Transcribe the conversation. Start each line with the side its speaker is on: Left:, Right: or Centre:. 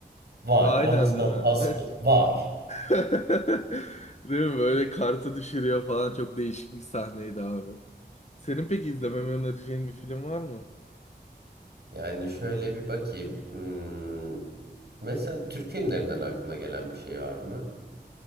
Right: Vay.
Left: Aynen
Right: Why is not
Left: değil mi?
Right: possible? Vay.
Left: <laughs> <laughs> Değil mi? Böyle kartı düşürüyor falan çok değişik bir sahneydi abi. Senin peki izlememi önereceğin bir film var mı?
Right: Yani şöyle bir bakayım. Hmm, Mesela Türk filmlerinden aklına gelen bir şey var mı?